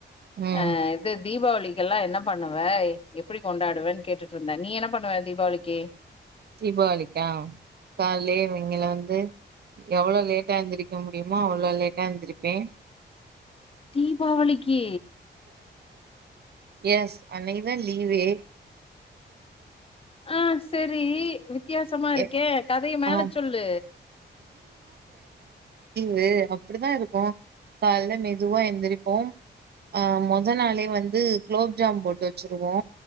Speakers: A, on the right; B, on the left.
A: ம்
B: அ இது தீபாவளி இக்கெல்லா என்ன பண்ணுவ எப்பிடி கொண்டாடுவேன் கேட்டுட்டு இருந்தே நீ என்ன பண்ணுவ தீபாவளிக்கி
A: தீபாவளிக்கா காலே இவங்கள வந் து எவ்ளோ லேட்டா எந்திருக்க முடியுமோ அவ்ளோ லேட்டா எந்திருப்பே
B: டிபாவளிக்கு
A: எஸ் அன்னிக்குதா லீவே
B: ஆ சேரி வி த்தியாசமா இருக்கே
A: எ
B: கதைய மேல
A: ஆ
B: சொல்லு
A: வே அப்பிடிதா இருக்கு கால்ல மெதுவா எந்திரிப்போ ஆ மொதநாளே வந்து குலோப்ஜாம் போட் வச்சிருவோ